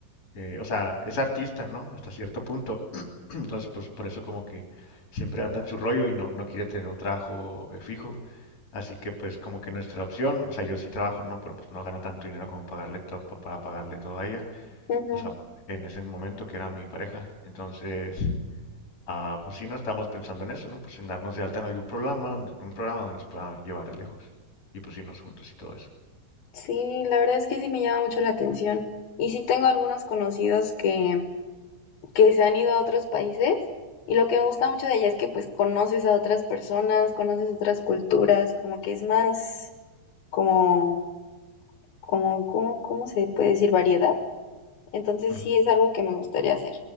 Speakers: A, on the left; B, on the left.
A: eh, o sea, es artista, ¿no? Hasta cierto punto. Entonces, pues por eso como que siempre anda en su rollo y no, no quiere tener un trabajo eh, fijo. Así que pues como que nuestra opción, o sea, yo sí trabajo, no, pero pues no gano tanto dinero como pagarle todo, pa- para pagarle todo a ella.
B: ujú.
A: O sea, en ese momento que era mi pareja. Entonces, ah, pues sí, no estamos pensando en eso, ¿no? Pues en darnos de alta en algún programa, un programa donde nos pueda llevar de lejos. Y pues irnos juntos y todo eso.
B: Sí, la verdad es que sí me llama mucho la atención. Y sí tengo algunos conocidos que, que se han ido a otros países y lo que me gusta mucho de allá es que pues conoces a otras personas, conoces otras culturas, como que es más como, como, ¿cómo, cómo se puede decir? Variedad. Entonces
A: Ujú,
B: sí es algo que me gustaría hacer.